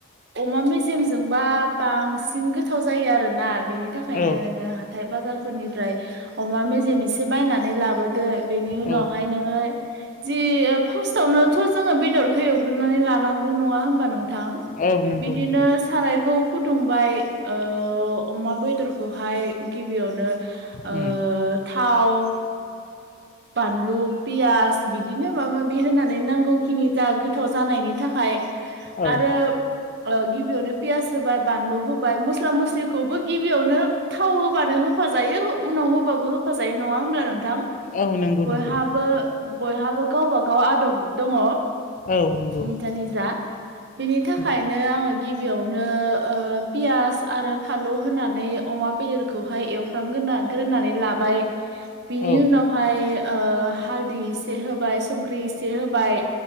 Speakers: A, on the right (about 55°); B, on the left (about 40°).
A: अमा मेजेमजोंबा बांसिन गोथाव जायो आरोना बेनि थाखायनो
B: औ
A: नोंङो हाथाय बाजारफोरनिफ्राय अमा मेजेम एसे बायनानै लाबोदो बेनि
B: औ
A: उनावहाय नोंङो जि फार्स्टावनोथ' जोंङो बेदरखौ एवग्रोनानै लानांगौ नंङा होमबा नोंथां
B: औ नंगौ
A: बिदिनो
B: नंगौ
A: सारायखौ फुदुंबाय ओ अमा बेदरखौहाय गिबियावनो
B: उ
A: ओ थाव बानलु पियास बिदिनो माबा माबि होनानै नांगौ खिनि जा गोथाव जानायनि थाखाय
B: औ
A: आरो गिबियावनो पियास होबाय बानलु होबाय मस्ला मस्लिखौबो गिबियावनो थाव होबानो होफाजायो उनाव होबाबो होफाजायो नंङा होमब्ला नोंथां
B: औ नंगौ
A: बयहाबो
B: नंगौ
A: बयहाबो गावबाागाव आदब दंङ
B: औ नंगौ
A: निट नि जा बेनि थाखायनो
B: उम
A: नो आंङो गिबियावनो ओ पियास आरो फानलु होनानै अमा बेदर खौ हाय एवफ्रामा गोरोननानै लाबाय बिनि
B: औ
A: उनावहाय ओ हालदै एसे होबाय संख्रि इसे होबाय